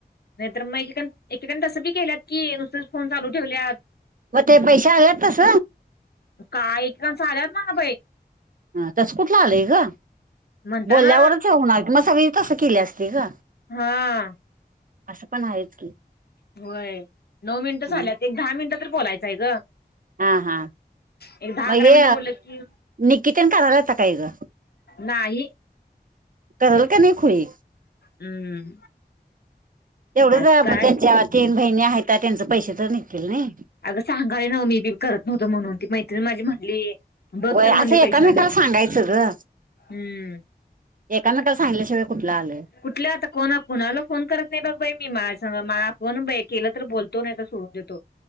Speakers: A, on the left; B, on the right.
A: नाहीतर मग एकेक एकेकां तसं बी केल्यात की नुसर फोन चालू ठेवल्या
B: म ते पैशा यालय तस.
A: का एकण आल्यात म्हला पई.
B: ह तस कुठलं आलंय ग
A: म्हणताना
B: बोलल्यावरच होऊणार क मग सगळी तसं केले असते का
A: हा
B: असं पण आहेत की.
A: होय नऊ मिनिटं
B: हं.
A: झाल्यात एक दहा मिनिटं तर बोलायचंय ग.
B: हा हा
A: एक दहा अकरा
B: मग हे
A: मिनिटं बोललं की
B: निकितन कराला होता काय ग.
A: नाही
B: करल कणी खुळी
A: हम्म
B: तेवढंच
A: त्यात काय
B: त्यांच्या तीन बहिणी आहेत त्यांचे पैसे तर निघतील नई
A: अगं सांगायलोय नव्ह मी भी करत नव्हतो म्हणून ती मैत्रीण माझी म्हणली बघ
B: होय
A: तर म्हणली
B: असं
A: पैसे
B: एकमेकाला
A: आल्यात
B: सांगायचं ग
A: हम्म
B: एका नका सांगल्याशिवाय कुठलं आलंय
A: कुठल्या आता कोणा कोणाला फोन करत नाही बघ बाई मी मला सांग मला कोण केलं तर बोलतो नाही आ सोडून देतो.